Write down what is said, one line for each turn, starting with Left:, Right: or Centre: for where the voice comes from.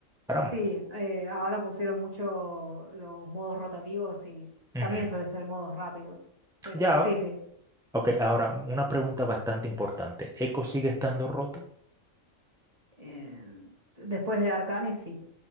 Centre: Aram.
Right: Sí, eh, ahora pusieron mucho los modos rotativos y
Centre: Ujú.
Right: también suelen ser modos rápidos, pero
Centre: Ya.
Right: sí, sí.
Centre: Ok, ahora una pregunta bastante importante. ¿Eco sigue estando roto?
Right: Eh, después de Arcanes, sí.